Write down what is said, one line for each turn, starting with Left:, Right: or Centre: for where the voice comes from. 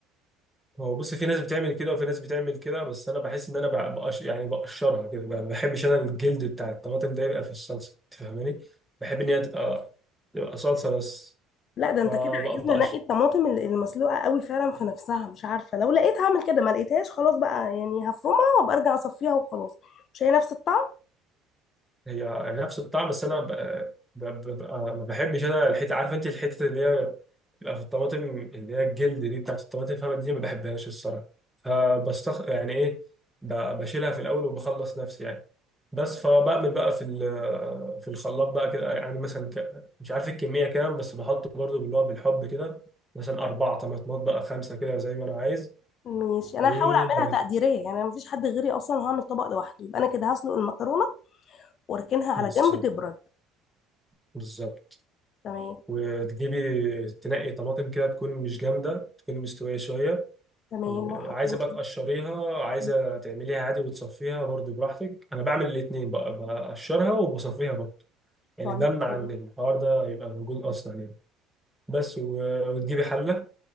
Centre: هو بص في ناس بتعمل كده وفي ناس بتعمل كده بس انا بحس ان انا بق- بقش يعني بقشرها كده ما بحبش انا الجلد بتاع الطماطم ده يبقى في الصلصه انت فاهماني بحب ان هي تبقى تبقى صلصه بس
Left: لا ده انت
Centre: فبقش
Left: كده عايزنا نقي الطماطم اللي اللي مسلوقه قوي فعلا في نفسها مش عارفه لو لقيت هعمل كده ما لقيتهاش خلاص بقى يعني هفرمها وابقى ارجع اصفيها وخلاص مش هي نفس الطعم
Centre: هي نفس الطعم بس انا ب- ب- ببقى ما بحبش انا الحته عارف انت الحته اللي هي لا في الطماطم اللي هي الجلد دي بتاعت الطماطم فاهمة دي ما بحبهاش الصراحة فبستخ يعني إيه ب- بشيلها في الأول وبخلص نفسي يعني بس فبعمل بقى في ال- في الخلاط بقى كده يعني مثلا ك... مش عارف الكمية كام بس بحط برضو باللي هو بالحب كده مثلا أربعة طماطمات بقى خمسة كده زي ما أنا عايز
Left: ماشي انا
Centre: وباك
Left: هحاول اعملها تقديريه يعني انا مفيش حد غيري اصلا وهعمل طبق لوحدي يبقى انا كده هسلق المكرونه واركنها على
Centre: بالظبط
Left: جنب تبرد
Centre: بالظبط
Left: تمام
Centre: وتجيبي تنقي طماطم كده تكون مش جامدة تكون مستوية شوية
Left: تمام وهحطها
Centre: عايزه بقى
Left: في
Centre: تقشريها عايزه
Left: الزيت.
Centre: تعمليها عادي وتصفيها برضو براحتك انا بعمل الاثنين بقى بقشرها وبصفيها برضو يعني
Left: طيب
Centre: بمنع
Left: تمام
Centre: ان الحوار ده يبقى موجود اصلا يعني بس و- وتجيبي حله